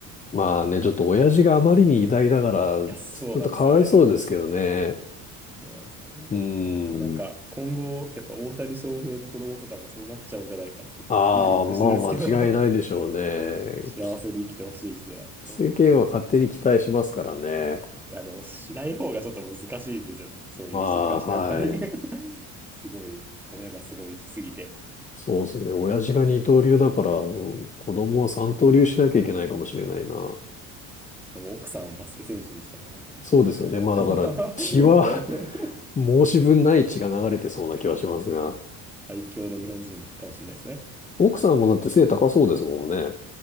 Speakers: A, on the left (about 20°); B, in the centre.
A: まあね、ちょっと親父があまりに偉大だから、
B: や、そうなんですよね。
A: ちょっとかわいそうですけどね。
B: そうなんですよね。
A: うーん。
B: なんか、今後、やっぱ大谷翔平の子供とかもそうなっちゃうんじゃないかって、ちょっとビクビクしてるんですけど。
A: ああ、まあ間違いないでしょうね。
B: 幸せに生きてほしいですね。
A: き世間は勝手に期待しますからね。
B: うんいや、でもしない方がちょっと難しいですよね。そういう人に関してはやっぱり
A: まあ、はい。
B: <laughs> すごい、親がすごいしすぎて。
A: そうですね。親父が二刀流だから、うん、子供は三刀流しなきゃいけないかもしれないな。
B: でも奥さんはバスケ選手ですからね、元。
A: そうですよね。
B: そう考えたら
A: まあだから血は
B: <laughs> もう、
A: <laughs> 申し分ない血が流れてそうな気はしますが。
B: 最強の日本人かもしれないですね。
A: 奥さんもだって背高そうですもんね。